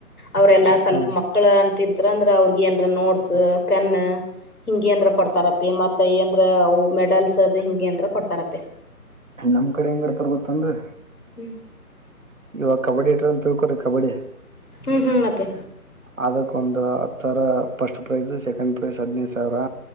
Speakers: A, on the left; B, on the right.
A: ಅವ್ರೆಲ್ಲಾ ಸ್ವಲ್ಪ
B: ಹ್ಞೂ
A: ಮಕ್ಕಳ ಅಂತಿದ್ರ ಅಂದ್ರ ಅವ್ರಗ ಏನ್ರ ನೋಟ್ಸ್ ಪೆನ್ ಹಿಂಗೇಏನ್ರ ಕೊಡ್ತಾರ ಅಪಿ ಮತ್ತ ಏನ್ರ ಅವು ಮೆಡಲ್ಸ್ ಅದ ಹಿಂಗೇಏನ್ರ ಕೊಡ್ತಾರ ಅಪಿ
B: ನಮ್ ಕಡೆ ಹೆಂಗಡ ರರ್ಗೊತ್ತನ್ರಿ
A: ಹ್ಮ್
B: ಇವಾಗ ಕಬಡ್ಡಿ ಇಟ್ರ ಅಂತ ತಿಳ್ಕೊರಿ ಕಬಡ್ಡಿ
A: ಹ್ಮ್ ಹ್ಮ್ ಅಪ್ಪಿ
B: ಅದಕ್ ಒಂದು ಹತ್ತು ಸಾವಿರ ಫಸ್ಟ್ ಪ್ರೈಜ ಸೆಕೆಂಡ್ ಪ್ರೈಸ್ ಹದಿನೈದ ಸಾವಿರ